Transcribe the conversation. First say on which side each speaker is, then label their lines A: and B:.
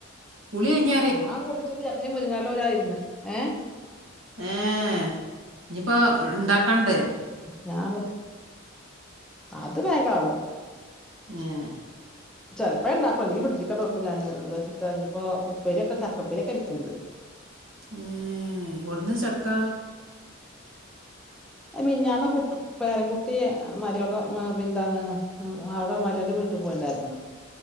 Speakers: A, on the right (about 70°); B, in the centre.
A: കുളി കഴിഞ്ഞ
B: ഞാൻ കുളിച്ചിട്ടില്ല അപ്പൊ ഞാൻ മുരിങ്ങന്റല ഊരായിരുന്ന് ഏഹ്
A: ഏഹ് ഇഞ്ഞിപ്പോ ഉണ്ടാക്കണ്ട് അല്ലേ
B: ഞാപ്പോ അത് വേഗാവും
A: ഏഹ്
B: ചെൽപ്പോണ്ടാക്കും അല്ലെങ്കി ഫ്രിഡ്ജ്ക്കാണ്ട് വെക്കും ഞാന് വെച്ചിട്ട് ഇഞ്ഞിപ്പോ ഉപ്പേരി ഒക്കെ ചക്കപ്പേരി ഒക്കെ ഇരിക്കുണ്ട്
A: ഏഹ് ഓട്ന്നാചക്കാ
B: അ മിന്നാന്ന് കു പേരക്കുട്ടിയെ മരോളോ പിന്താണ് ഉം അവിടെ മരോന്റെ വീട്ടിൽ പോയിണ്ടായിരുന്നു